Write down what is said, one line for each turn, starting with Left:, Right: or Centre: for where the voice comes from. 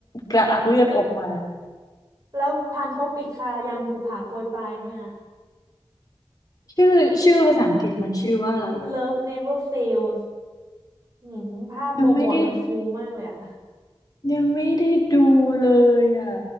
Left: กระอักเลือดออกมา
Right: แล้วพันภพอีกคายามบุปผาโปรยปรายเนี่ย
Left: ชื่อชื่อภาษาอังกฤษมันชื่อว่าอะไรอ่ะ
Right: Love Never Fails อืมภาพโปรโมทมันฟุ้งมากเลยอะ
Left: ยังไม่ได้ ยังไม่ได้ดูเลยอ่ะ